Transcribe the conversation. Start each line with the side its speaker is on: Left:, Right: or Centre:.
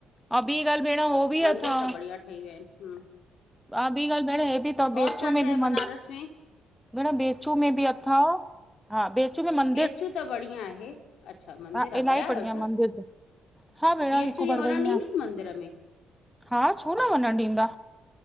Centre: आऊं ॿी ॻाल्हि भेण हो। बि
Left: मंदिर
Centre: अथव
Left: त बढ़िया ठही विया आहिनि हूं।
Centre: हा, ॿी ॻाल् भेण। हे बि त अचूं
Left: छा छा
Centre: में घूमन
Left: आहे बनारस में
Centre: भेण बि अचूं मे बि अथव? हा बि अचूं में म
Left: बि अचूं त बढ़िया आहे। अच्छा मंदिर
Centre: हा
Left: आहे?
Centre: इलाही
Left: विया आहियो
Centre: बढ़िया
Left: छा?
Centre: मंदिर अथव हा
Left: असां
Centre: भेण
Left: ॿीं
Centre: हिकु
Left: अचूं? ईऐं
Centre: बार
Left: वञणु
Centre: वई आहियां,
Left: ॾींदा आहिनि मंदिर में?
Centre: हा छो न वञणु ॾींदा?